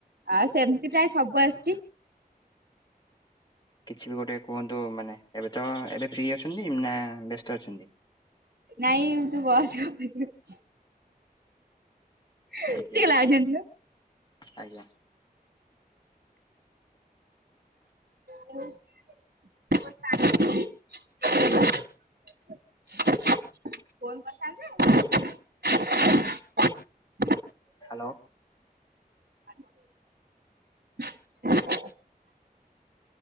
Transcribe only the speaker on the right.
ଆଉ ସେମିତି ପ୍ରାୟ ସବୁ ଆସିଛି।
ନାଇଁ ମୁଁ ଯୋଉ ବସ୍ କୁ ଅପେକ୍ଷା କରିଛି। ହିଁ
ଟିକେ ଲାଇନ୍ ରେ ଥିଲେ।
<unintelligible> କଣ ଥା ହେଲି ଜେ
<inaudible>